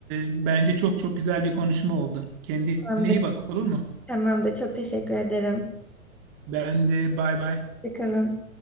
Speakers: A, on the right (about 30°); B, in the centre.
A: Ee, Bence çok çok güzel bir konuşma oldu. Kendine
B: Tamamdır.
A: iyi bak olur mu?
B: Tamamdır. Çok teşekkür ederim.
A: Ben de bay bay.
B: Hoşça kalın.